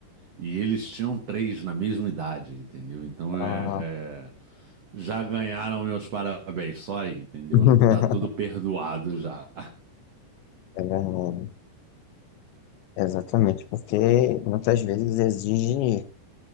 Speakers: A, on the right (about 80°); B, on the left (about 80°).
A: E eles tinham três na mesma idade, entendeu? Então é,
B: a-
A: é, já ganharam meus parabéns, só aí, entendeu?
B: <laughs>
A: Tá tudo perdoado já.
B: É verdade. Exatamente, porque muitas vezes exige